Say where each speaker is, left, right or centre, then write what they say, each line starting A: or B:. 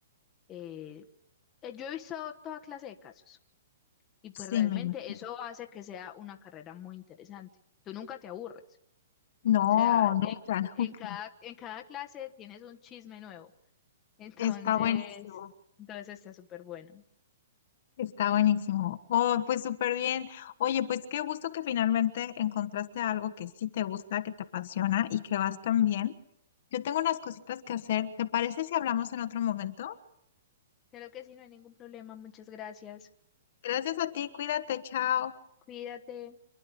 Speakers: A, on the left; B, on the left.
A: eh, eh, yo he visto toda clase de casos y pues
B: Sí,
A: realmente
B: me imagino.
A: eso hace que sea una carrera muy interesante. Tú nunca te aburres.
B: No,
A: O sea,
B: nunca,
A: en,
B: <laughs>
A: en
B: nunca.
A: cada, en cada clase tienes un chisme nuevo. <laughs> Entonces,
B: Está buenísimo,
A: entonces está súper bueno.
B: está buenísimo. Oh, pues súper bien. Oye, pues qué gusto que finalmente encontraste algo que sí te gusta, que te apasiona y que vas tan bien. Yo tengo unas cositas que hacer. ¿Te parece si hablamos en otro momento?
A: Creo que sí, no hay ningún problema. Muchas gracias.
B: Gracias a ti, cuídate, chao.
A: Cuídate.